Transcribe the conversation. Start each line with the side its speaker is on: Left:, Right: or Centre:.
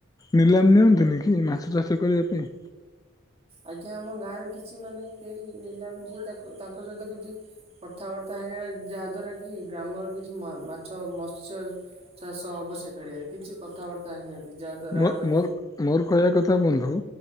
Left: ନିଲାମ ନିଅନ୍ତିନି କି ମାଛ ଚାଷ କରିବା ପାଇଁ?
Right: ଆଜ୍ଞା ଆମ ଗାଁରେ କିଛି ମାନେ କେହି ନିଲାମ ଯିଏ ତା ତାଙ୍କ ସହିତ କିଛି କଥାବାର୍ତ୍ତା ହେଇଗଲା ଯାହା ଦ୍ଵାରା କି ଗ୍ରାମର କିଛି ମାଛ ମତ୍ସ୍ୟ ଚାଷ ହବ ସେ ଗାଡିଆରେ କିଛି କଥାବାର୍ତ୍ତା ହେଇନାହାନ୍ତି ଯାହା ଦ୍ଵାରା
Left: ମୋ
Right: ଆମେ
Left: ମୋର ମୋର କହିବା କଥା ବନ୍ଧୁ